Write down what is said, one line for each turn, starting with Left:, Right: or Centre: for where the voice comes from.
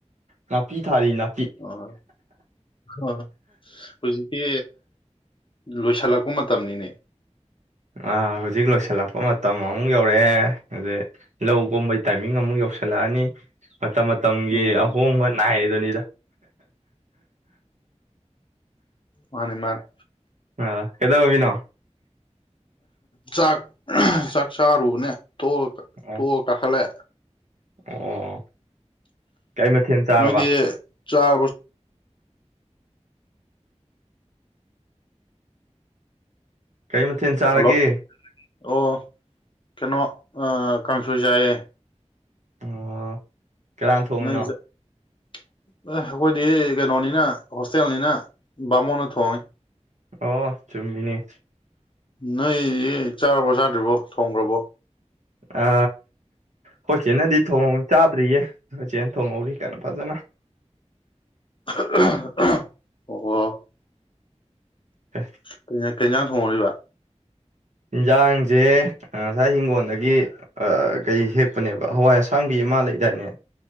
Right: ꯅꯄꯤ ꯊꯥꯔꯤ ꯅ
Left: ꯑꯣ ꯍꯧꯖꯤꯛꯀꯤ ꯂꯣꯏꯁꯤꯜꯂꯛꯄ ꯃꯇꯝꯅꯤꯅꯦ
Right: ꯑꯥ ꯍꯧꯖꯤꯛ ꯂꯣꯏꯁꯤꯜꯂꯛꯄ ꯃꯇꯝ ꯑꯃꯨꯛ ꯌꯧꯔꯛꯑꯦ ꯑꯗꯩ ꯂꯧꯒꯨꯝꯕꯩ ꯇꯥꯏꯃꯤꯡ ꯑꯃꯨꯛ ꯌꯧꯁꯤꯜꯂꯛꯑꯅꯤ ꯃꯇꯝ ꯃꯇꯝꯒꯤ
Left: ꯎꯝ
Right: ꯑꯍꯣꯡꯕ ꯅꯥꯏꯗꯨꯅꯤꯗ
Left: ꯃꯥꯅꯤ ꯃꯥꯅꯤ
Right: <unintelligible> ꯑꯥ ꯀꯩꯗꯧꯔꯝ ꯃꯤꯅꯣ꯫
Left: ꯆꯥꯛ ꯆꯥꯛ ꯆꯥꯔꯨꯅꯦ ꯇꯣ
Right: ꯑꯣ
Left: ꯇꯣ ꯀꯥꯈꯠꯂꯦ
Right: ꯑꯣ ꯀꯩ ꯃꯊꯦꯜ ꯆꯥꯔꯕ
Left: ꯅꯣꯏꯗꯤ ꯆꯥꯔꯕ
Right: ꯀꯩ ꯃꯊꯦꯜ ꯆꯥꯔꯒꯦ
Left: ꯍꯜꯂꯣ ꯑꯣ ꯀꯩꯅꯣ ꯀꯟꯁꯣꯏ ꯌꯥꯥꯏꯌꯦ
Right: ꯑꯣ
Left: <inaudible>
Right: ꯀꯅꯥꯅ ꯊꯣꯡꯉꯤꯅꯣ
Left: <unintelligible> ꯑꯗꯨꯗꯤ ꯀꯩꯅꯣꯅꯤꯅ ꯍꯣꯁꯇꯦꯜꯅꯤꯅ ꯕꯥꯃꯣꯟꯅ ꯊꯣꯡꯉꯤ
Right: ꯑꯣ ꯆꯨꯝꯃꯤꯅꯤ
Left: ꯅꯣꯏ ꯆꯥꯔꯕꯣ ꯆꯥꯗ꯭ꯔꯤꯕꯣ ꯊꯣꯡꯈ꯭ꯔꯕꯣ
Right: ꯑ ꯈꯣꯏꯆꯦꯅꯗꯤ ꯊꯣꯡꯍ ꯆꯥꯗ꯭ꯔꯤꯌꯦ ꯈꯣꯏꯆꯦꯅ ꯊꯣꯡꯍꯧꯔꯤ ꯀꯩꯅꯣ ꯐꯖꯅ
Left: <unintelligible> ꯑꯣ
Right: <inaudible>
Left: ꯀꯩ ꯏꯁꯥꯡ ꯊꯣꯡꯍꯧꯔꯤꯕ
Right: ꯌꯦꯟꯁꯥꯡꯁꯦ ꯉꯁꯥꯏ ꯏꯤꯡꯒꯣꯜꯗꯒꯤ ꯀꯩ ꯍꯦꯛꯄꯅꯦꯕ ꯍꯋꯥꯏ ꯑꯁꯥꯡꯕꯤ ꯃꯥ ꯂꯩꯗꯥꯏꯅꯦ